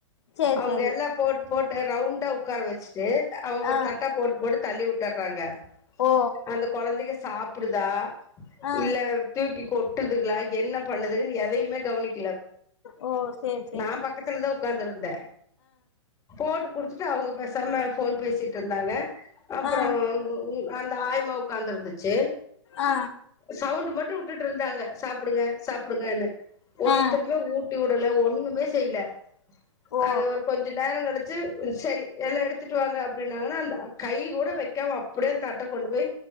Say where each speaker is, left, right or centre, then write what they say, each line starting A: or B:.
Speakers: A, on the left; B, on the left.
A: சேரி
B: அவங்க
A: சேரி
B: எல்லா போட்டு போட்டு ரவுண்ட உக்கார வச்சுட்டு அவ்வ ஒரு
A: ஆ
B: தட்ட போட்டு போட்டு தள்ளி உட்டறாங்க
A: ஓ
B: அந்த கொழந்தைக சாப்புடுதா
A: ஆ
B: இல்ல தூக்கிக் கொட்டுதுங்ளா என்ன பண்ணுதுக்குன்னு எதையுமே கவ்னிக்
A: ஓ சேர்
B: நா பக்கத்துல தா உக்காந்துருந்தே போட்டு குடுத்துட்டு அவுங்க பேசாம ஃபோன் பேசிட்ருந்தாங்க அப்புறோ
A: ஆ
B: உ உங் அந் த ஆயமா உக்காந்திருந்துச்சி
A: ஆ
B: சவுண்ட் மட்டு வுட்டுட்டு இருந்தாங்க சாப்புடுங்க சாப்புடுங்கனு ஒருத்தருமே
A: ஆ
B: ஊட்டி வுட் வுடல ஒன்னுமே செய்ல
A: ஓ
B: அது ஒரு கொஞ்ச நேரங் கழிச் சி செரி எல்லா எடுத்துட்டு வாங்க அப்டின்னாங்கன்னா அந்த கை கூட வெக்காம அப்புடே அந்த தட்டக் கொண்டு போய்